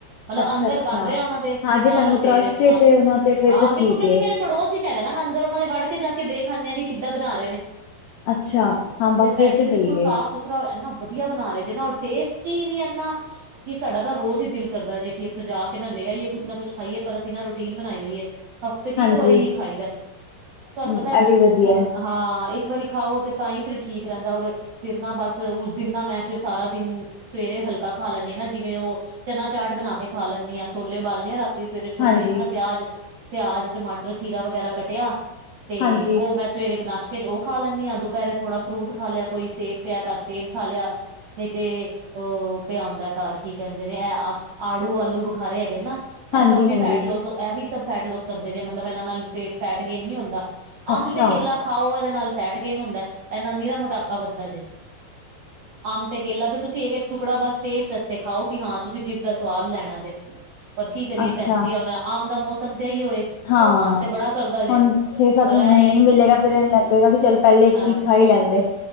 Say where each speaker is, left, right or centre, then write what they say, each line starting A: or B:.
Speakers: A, on the right (about 85°); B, on the left (about 85°).
A: ਮਲਬ
B: ਅੱਛਾ
A: ਅੰਦਰ
B: ਅੱਛਾ
A: ਬਨ ਰਿਆ ਉਨਾਂ ਦੇ
B: ਹਾਂ
A: ਤੇ
B: ਜੇ
A: ਬਾਰ
B: ਤੁਹਾਨੂੰ
A: ਉਹ
B: ਟਰਸਟ
A: ਦੇ ਰਹੇ ਨੇ
B: ਏ
A: ਹਾਂ
B: ਤੇ ਉਹਨਾਂ ਤੇ ਫਿਰ
A: ਹਾਂ
B: ਤਾਂ
A: ਬਿਲਕੁਲ
B: ਠੀਕ
A: ਕਿਉਂਕਿ
B: ਏ
A: ਮੇਰੇ ਪੜੋਸ ਇਚ ਹੈਗਾ ਨਾ ਮੈਂ ਅੰਦਰ ਉਹਨਾਂ ਦੇ ਵੜ ਕੇ ਜਾ ਕੇ ਦੇਖ ਆਨੇ ਆ ਕਿ ਕਿੱਦਾਂ ਬਨਾ ਰੇ ਨੇ।
B: ਅੱਛਾ ਹਾਂ ਬਸ
A: ਤੇ ਭੈਣ
B: ਫਿਰ
A: ਜੀ
B: ਤਾਂ
A: ਬਿਲਕੁਲ
B: ਸਹੀ
A: ਸਾਫ਼
B: ਏ
A: ਸੁਥਰਾ ਹੋਰ ਏਨਾ ਵਧੀਆ ਬਨਾ ਰਹੇ ਜੇ ਨਾ ਹੋਰ ਟੇਸਟ ਟੀ ਵੀ ਇਨਾ ਕਿ ਸਾਡਾ ਨਾ ਰੋਜ਼ ਹੀ ਦਿਲ ਕਰਦਾ ਜੇ ਕਿ ਇੱਥੋਂ ਜਾ ਕੇ ਨਾ ਲੇ ਆਈਏ ਕੁੱਛ ਨਾ ਕੁਛ। ਖਾਈਏ ਪਰ ਅਸੀਂ ਨਾ ਰੂਟੀਨ ਬਨਾਈ ਹੋਈ ਏ ਹਫ਼ਤੇ ਚ ਇੱਕ
B: ਹਾਂਜੀ
A: ਵਾਰੀ ਖਾਈਦਾ। ਤੁਹਾਨੂੰ
B: ਇਹ
A: ਪਤਾ
B: ਵੀ ਵਧੀਆ
A: ਹਾਂ ਇੱਕ ਵਾਰੀ ਖਾਓ ਤੇ ਤਾਂ ਹੀ ਫਿਰ ਠੀਕ ਰਹਿੰਦਾ ਔਰ ਫਿਰ ਨਾ ਬਸ ਉਸ ਦਿਨ ਨਾ ਮੈਂ ਫਿਰ ਸਾਰਾ ਦਿਨ ਸਵੇਰੇ ਹਲਕਾ ਖਾ ਲੈਨੀ ਆ ਨਾ ਜਿਵੇਂ ਓ ਚਨਾ ਚਾਟ ਬਣਾ ਕੇ ਖਾ ਲੈਨੀ ਆ ਛੋਲੇ ਉਬਾਲਨੀ ਰਾ ਸਵੇਰੇ ਛੋਲੇ
B: ਹਾਂਜੀ
A: ਚ ਨਾ ਪਿਆਜ-ਪਿਆਜ, ਟਮਾਟਰ, ਖੀਰਾ ਵਗੈਰਾ ਕੱਟਿਆ ਤੇ
B: ਹਾਂਜੀ
A: ਉਹ ਮੈਂ ਸਵੇਰੇ ਇੱਕ ਨਾਸ਼ਤੇ ਚ ਉਹ ਖਾ ਲੈਨੀ ਆ ਦੁਪਹਿਰੇ ਥੋੜਾ ਫਰੂਟ ਖਾ ਲਿਆ ਕੋਈ ਸੇਬ ਪਿਆ ਤਾਂ ਸੇਬ ਖਾ ਲਿਆ। ਨੀ ਤੇ ਉਹ ਪਿਆ ਹੁੰਦਾ ਕਾਰ ਕੀ ਕਹਿੰਦੇ ਨੇ ਆੜੂ, ਆਲੂ ਬਖਾਰੇ ਹੈਗੇ ਨਾ। ਐ
B: ਹਾਂਜੀ
A: ਸਭ ਵੀ
B: ਹਾਂਜੀ
A: ਫੈਟ ਲੋਸ ਐ ਵੀ ਸਭ ਫੈਟ ਲੋਸ ਕਰਦੇ ਜੇ ਮਤਲਬ ਐਨਾਂ ਨਾਲ ਫੈਟ ਗੇਨ ਨੀ ਹੁੰਦਾ।
B: ਅੱਛਾ
A: ਅੰਬ ਤੇ ਕੇਲਾ ਖਾਓ ਏਦੇ ਨਾਲ ਫੈਟ ਗੇਨ ਹੁੰਦੈ ਏਦੇ ਨਾਲ ਨੀਰਾ ਮੋਟਾਪਾ ਵੱਦਦਾ ਜੇ। ਆਮ ਤੇ ਕੇਲਾ ਤੇ ਤੁਸੀਂ ਏਕ-ਏਕ ਟੁਕੜਾ ਬਸ ਟੇਸਟ ਤੇ ਖਾਓ ਕਿ ਹਾਂ ਤੁਸੀਂ ਜੀਬ ਦਾ ਸਵਾਦ ਲੈਨਾ ਏ ਤੇ, ਪਰ ਕੀ ਕਰੀਏ
B: ਅੱਛਾ
A: ਭੈਣ ਜੀ ਹੁਨ ਆਮ ਦਾ ਮੌਸਮ ਤੇ ਐਇਊ ਏ।
B: ਹਾਂ।
A: ਮਨ ਤੇ ਬੜਾ ਕਰਦਾ ਜੇ
B: ਹੁਨ ਛੇ ਸੱਤ
A: ਪਰ
B: ਮੀਨੇ
A: ਇਹ
B: ਨਈ ਮਿਲੇਗਾ ਫੇਰ ਐਂਜ ਲਗੇਗਾ ਕਿ ਚੱਲ ਪੈਲੇ
A: ਅ
B: ਇੱਕ ਪੀਸ ਖਾ ਈ ਲੈਂਦੇ।